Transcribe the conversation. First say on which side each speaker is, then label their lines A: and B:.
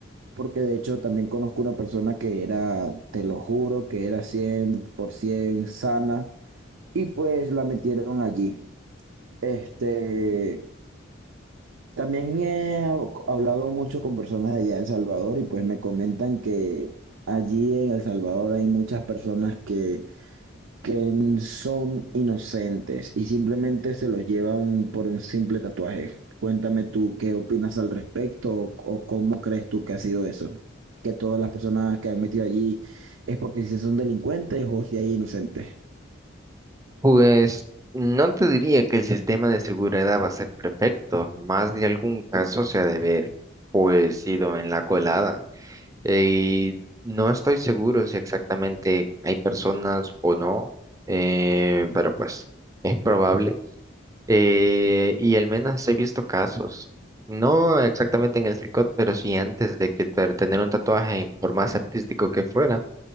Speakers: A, on the right (about 80°); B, on the right (about 15°).
A: porque de hecho también conozco una persona que era, te lo juro, que era 100% sana y pues la metieron allí. Este, también he hab- hablado mucho con personas de allá de El Salvador y pues me comentan que allí en El Salvador hay muchas personas que que son inocentes y simplemente se los llevan por un simple tatuaje. Cuéntame tú qué opinas al respecto o, o cómo crees tú que ha sido eso, que todas las personas que han metido allí es porque si son delincuentes o si hay inocentes.
B: Pues no te diría que el sistema de seguridad va a ser perfecto, más de algún caso se ha de ver, pues ido en la colada. Y no estoy seguro si exactamente hay personas o no, eh, pero pues es probable. Eh, y al menos he visto casos, no exactamente en el tricot, pero sí antes de que ter- tener un tatuaje, por más artístico que fuera